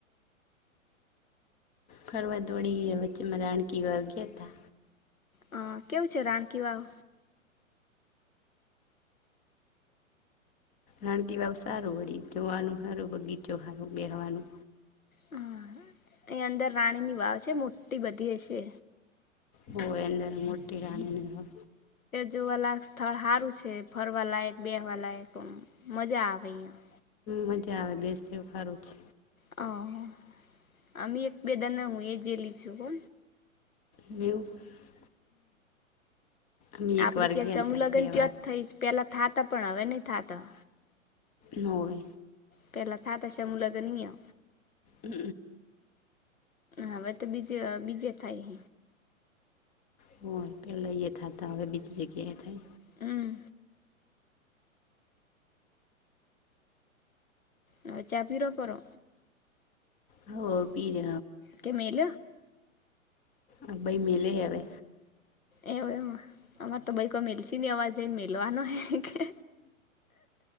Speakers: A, on the left (about 20°); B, on the left (about 80°).
A: ફરવા દોડી વચ્ચમાં રાણકીવાવ ગયા, તા.
B: હા. કેવું છે, રાણકી વાવ?
A: રાણકી વાવ સારુ, વળી જોવાનું હારું બગીચો હારુ બેહવાનુ
B: હા, એ અંદર રાણી ની વાવ છે, મોટી બધી હશે
A: હો અંદર મોટી રાણીની
B: જોવા લાયક સ્થળ હારુ છે, ફરવાલાયક, બેહવાલાયક મજા આવે યા
A: મજા આવે બેસેવ હારુ છે.
B: હા, આમે એક બેદાના હુ, એ જયેલી છુ, હુ.
A: <unintelligible> અમે એક
B: આપડી
A: વાર ગયા
B: ત્યાં સમૂહ
A: હતા
B: લગ્ન
A: બે
B: ત્યા
A: વાર
B: જ થઈ પેલા થાતા પણ હવે, નહી થાતા
A: નઈ
B: પેલા થા, તશે મુ લગ નહીય
A: હ
B: હવે, તો બીજે બીજે થાય
A: હો, પેલા એ થતા હવે બીજી જગ્યાએ થાય
B: હમ્મ હ, ચ આપીરોવાપરો
A: હ, બી
B: કે મેલ
A: અ ભાઈ મેલે હવે
B: એવ એમ અમાર, તો ભાઈ કો મેલસીી ન અવાજ મલવાનો હ, કે